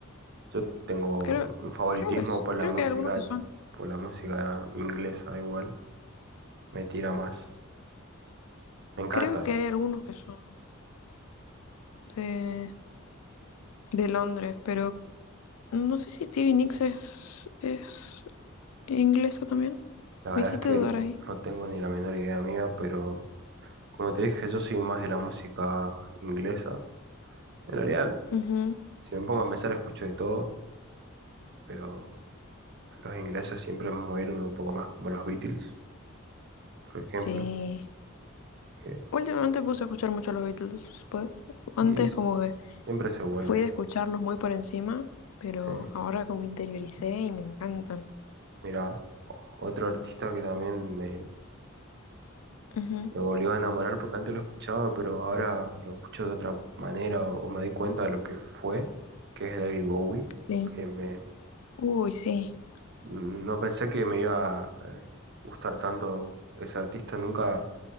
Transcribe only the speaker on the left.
Creo,
creo que sí,
creo
que hay algunos que son.
Creo que hay algunos que son de, de Londres, pero no sé si Stevie Nicks es, es inglesa también.
Me
hiciste
dudar ahí.
Ujú,
Sí.
Últimamente puse a escuchar mucho a los Beatles, pues. Antes
como que
Fui de escucharlos muy por encima, pero
ahora como interioricé y me encantan.
Ujú,
sí.
Uy, sí.